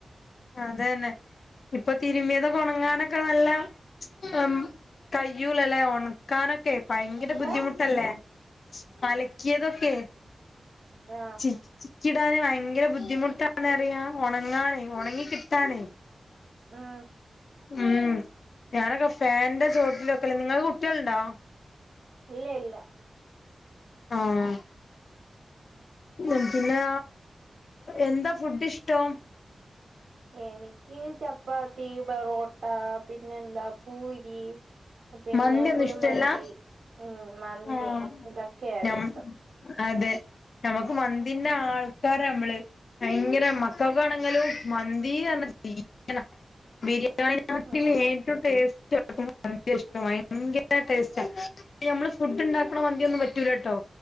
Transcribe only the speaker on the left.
അതന്നെ ഇപ്പൊ തിരുമ്മിയതൊക്കെ ഉണങ്ങാനൊക്കെ നല്ല ഉം കയൂലലേ ക്കാനൊക്കെ ഭയങ്കര
ബുദ്ധിമുട്ടല്ലേ അലക്കിയതൊക്കെ
ചി ചിക്കിടാന് ഭയങ്കര ബുദ്ധിമുട്ടാണറിയ ഉണങ്ങാനേ ഉണങ്ങി കിട്ടാനേ
ഉം ഞാനൊക്കെ ഫേന്റെ ചോട്ടിലൊക്കെല നിങ്ങക്ക് കുട്ടിയളുണ്ടോ
ആഹ് ല്ലം പിന്നെ എന്താ ഫുഡ് ഇഷ്ടം
മന്തിയൊന്നും
ഇഷ്ടല്ല
ആഹ്
ഞം
അതെ നമുക്ക് മന്തിന്റെ ആൾക്കാരാ നമ്മള്. ഭയങ്കര മക്കൾക്ക് ആണെങ്കിലും മന്തിന്ന് പറഞ്ഞ ജി വനാ ബിരിയാണിനാട്ടിൽ
ഏറ്റവും ടേസ്റ്റ് മന്തി ഭയങ്കര ഇഷ്ടം ഭയങ്കര ടേസ്റ്റ നമ്മള് ഫുഡ് ഉണ്ടാക്ക്ണ മന്തിയൊന്നും പറ്റൂല കേട്ടോ.